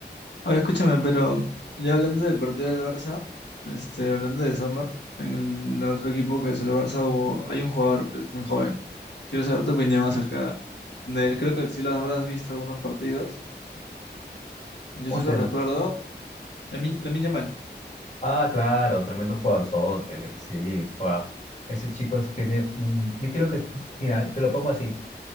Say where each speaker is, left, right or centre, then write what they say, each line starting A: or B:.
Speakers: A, on the left (about 75°); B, on the left (about 40°).
A: Oye, escúchame, pero ya hablando del partido del Barça, este, hablando de Sommer, en el, el otro equipo que es el Barça hubo, hay un jugador pues, muy joven. Quiero saber tu opinión acerca de él. Creo que sí lo habrás visto algunos partidos. Yo
B: ¿Cómo
A: solo
B: se llama?
A: recuerdo la Lamine mal.
B: Ah, claro, tremendo jugadorzote, sí, guau. Ese chico tiene, un- yo creo que, mira, te lo pongo así,